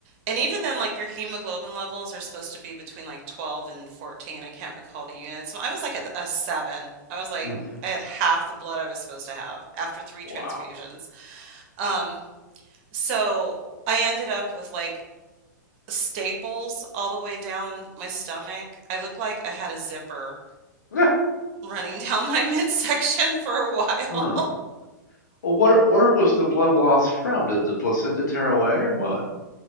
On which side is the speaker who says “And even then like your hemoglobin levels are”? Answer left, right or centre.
Right